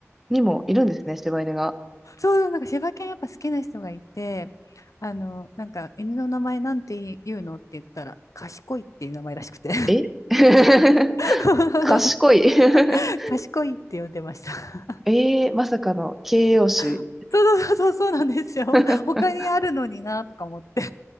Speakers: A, in the centre; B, on the left.
A: にもいるんですね、柴犬が。
B: そうそう、なんか柴犬やっぱ好きな人がいて、あの、なんか犬の名前なんて言うのって言ったら、賢いっていう名前らしくて。
A: え <laughs>
B: <laughs>
A: 賢い <laughs>
B: 賢いって呼んでました。
A: ええまさかの形容詞。
B: <laughs> そうそうそうそうそうなんですよ。
A: <laughs>
B: 他にあるのになとか思って。